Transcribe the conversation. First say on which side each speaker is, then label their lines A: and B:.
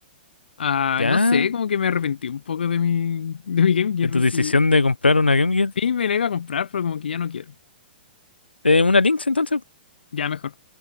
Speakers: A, on the left; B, on the left.
A: Ah,
B: ¿Ya?
A: no sé, como que me arrepentí un poco de mi, de mi Game Gear.
B: ¿De tu decisión
A: Sí,
B: de comprar una Game Gear?
A: sí me la iba a comprar, pero como que ya no quiero.
B: Eh, ¿una Lynx entonces?
A: Ya mejor.